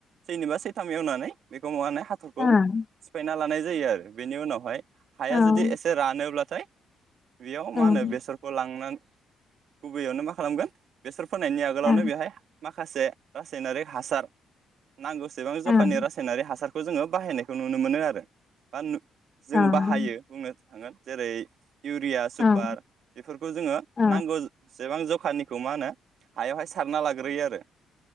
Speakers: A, on the right; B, on the left.
A: सैनिबा सैथाम एवनानै बेखौ माबानो हाथरखौ
B: ओं
A: सिफायना लानाय जायो आरो बेनि उनावहाय
B: ओं
A: हाया जुदि एसे रानोब्लाथाय बेयाव मा
B: ओं
A: होनो बेसरखौ लांनानै गुबैययावनो मा खालामगोन बेसर फोनायनायनि आगोलावनो
B: औ
A: बेहाय मा माखासे रासायनारि हासार नांगौसेबां जखानि
B: ओं
A: रासायनारि हासारखौ जोङो बाहायनायखौ नुनो मोनो आरो बा जोङो
B: ओं
A: बाहायो बुंनो थांगोन जेरै- इउरिया सुपार
B: ओं
A: बेफोरखौ जोङो
B: औ
A: नांगौ सेबां जखा दखाननिखौ मा होनो हायाव हाय सारना लाग्रोयो आरो